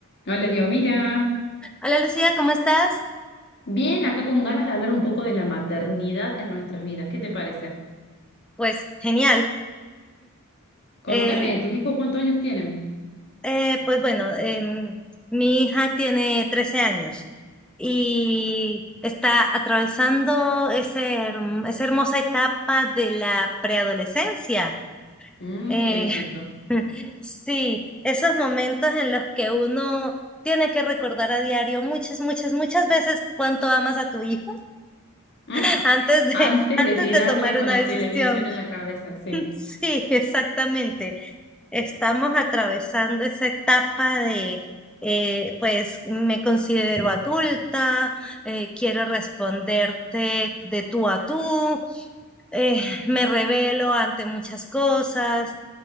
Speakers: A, on the left; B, in the centre.
A: Hola, digo, mira,
B: Hola Lucía, ¿cómo estás?
A: bien, acá con ganas de hablar un poco de la maternidad en nuestras vidas. ¿Qué te parece?
B: Pues genial.
A: Contame,
B: Eh,
A: ¿tus hijos cuántos años tienen?
B: eh, pues bueno, em, mi hija tiene 13 años y está atravesando ese, herm- esa hermosa etapa de la preadolescencia.
A: Mm,
B: Eh,
A: te entiendo.
B: <laughs> sí, esos momentos en los que uno tiene que recordar a diario muchas, muchas, muchas veces cuánto amas a tu hijo
A: Mm.
B: <laughs> antes de,
A: Antes
B: antes
A: de tirarle
B: de tomar
A: con
B: una
A: la
B: decisión.
A: televisión en la cabeza, sí.
B: Sí, exactamente. Estamos atravesando esa etapa de, eh, pues me considero adulta, eh, quiero responderte de tú a tú, eh, <laughs> me revelo ante muchas cosas.